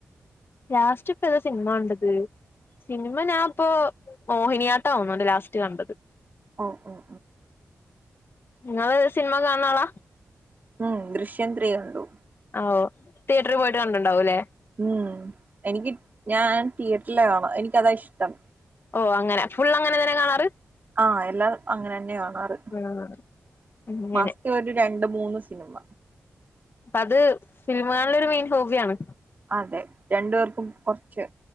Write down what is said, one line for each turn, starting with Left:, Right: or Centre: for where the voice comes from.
Left: ലാസ്റ്റ് ഇപ്പ ഏത സിനിമ കണ്ടത് സിനിമ ഞാനിപ്പോ മോഹിനിയാട്ടം എങ്ങോ ലാസ്റ്റ് കണ്ടത്.
Right: ഓ ഓഹ്
Left: നിങ്ങൾ സിനിമ കാണുന്ന ആളാ
Right: ഉം ദൃശ്യം ത്രീ കണ്ടു
Left: ആ ഓ തിയറ്ററി പോയിട്ട് കണ്ടിട്ടുണ്ടാവില്ലേ
Right: ഉം എനിക്ക് ഞാൻ തിയേറ്റിൽ കാണ എനിക്ക് അതാ ഇഷ്ടം
Left: ഓ അങ്ങനെ ഫുൾ അങ്ങനെ തന്നെയാ കാണാറു
Right: ആ എല്ലാം അങ്ങനെ തന്നെ കാണാറു അതെ
Left: ആഹ് അങ്ങനെ
Right: മാസത്തിൽ ഒരു രണ്ട് മൂന്ന് സിനിമ
Left: അത് സിനിമ കാണൽ മെയിൻ ഹോബി ആണ്.
Right: അതെ രണ്ടു പേർക്കും കുറച്ച്